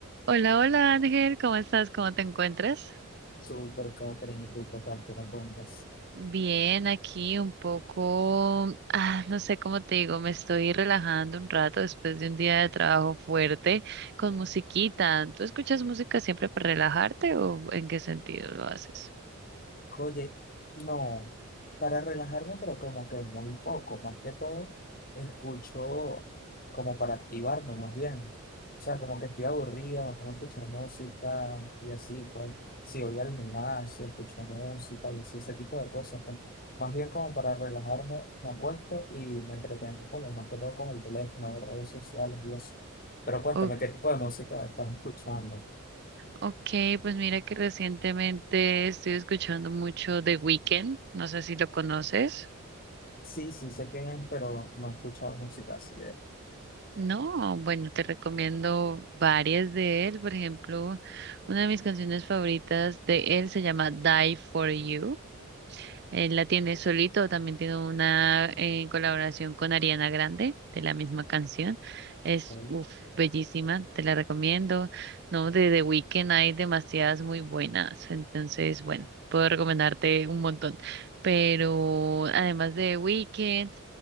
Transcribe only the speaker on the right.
Hola, hola Ángel, ¿cómo estás? ¿Cómo te encuentras?
Bien, aquí un poco, ah, no sé cómo te digo, me estoy relajando un rato después de un día de trabajo fuerte con musiquita. ¿Tú escuchas música siempre para relajarte o en qué sentido lo haces?
O-
ok, pues mira que recientemente estoy escuchando mucho The Weeknd, no sé si lo conoces.
No, bueno, te recomiendo varias de él. Por ejemplo, una de mis canciones favoritas de él se llama Die for You. Él la tiene solito, también tiene una eh, colaboración con Ariana Grande de la misma canción. Es
uf, bellísima, te la recomiendo. No, de The Weeknd hay demasiadas muy buenas, entonces, bueno, puedo recomendarte un montón. Pero además de The Weeknd,